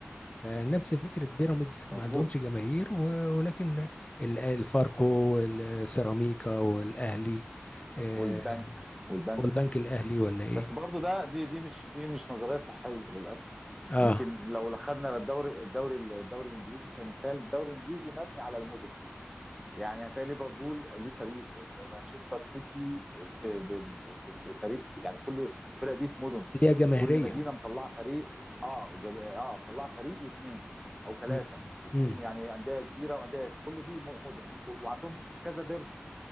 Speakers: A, on the left (about 30°); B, in the centre.
A: فنفس فكرة بيراميدز
B: مظبوط
A: ما عندهمش جماهير و- ولكن ال- الفاركو والسيراميكا والأهلي آه،
B: والبنك والبنك
A: والبنك الاهلي ولا ايه
B: بس برضو ده دي دي مش دي مش نظريه صحيه للاسف
A: اه
B: يمكن لو خدنا الدوري الدوري الدوري الانجليزي كمثال الدوري الانجليزي مبني على المدن يعني هتلاقي ليفربول ليه فريق مانشستر سيتي في, ب- في, في فريق يعني كل الفرق دي في مدن
A: ليها جماهيريه
B: كل مدينه مطلعه فريق اه وجاب- اه مطلعه فريق واثنين او ثلاثه
A: امم
B: وفيهم
A: امم
B: يعني انديه كبيره وانديه كل دي م- مدن وك- وعندهم تشوف كذا ديربي